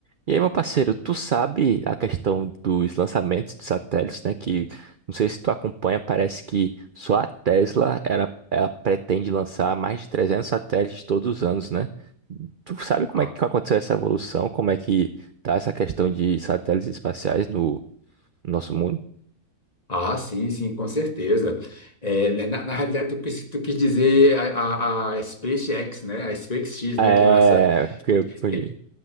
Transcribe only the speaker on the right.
E aí, meu parceiro, tu sabe a questão dos lançamentos de satélites, né? Que não sei se tu acompanha, parece que só a Tesla era, ela pretende lançar mais de 300 satélites todos os anos, né? Tu sabe como
é que aconteceu essa evolução? Como é que tá essa questão de satélites espaciais no, no nosso mundo?
É,
porque
eu confundi.